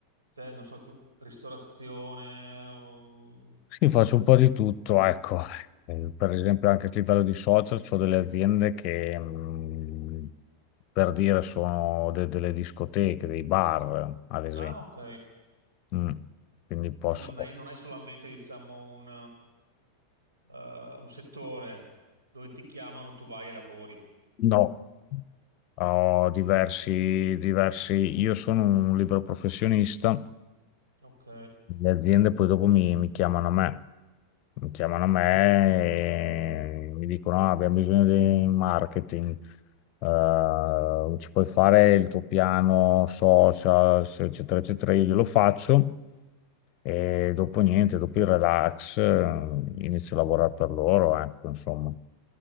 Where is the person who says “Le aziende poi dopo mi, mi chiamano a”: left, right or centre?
Left